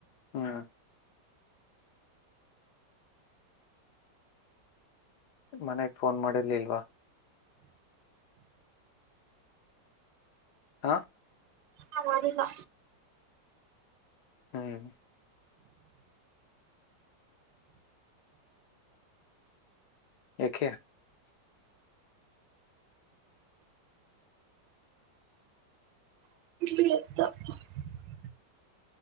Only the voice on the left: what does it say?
ಹ್ಮ್ ಮನೆಗೆ ಫೋನ್ ಮಾಡಿಲಿಲ್ವಾ?. ಹ
ಹ್ಮ್ ಯಕೆ?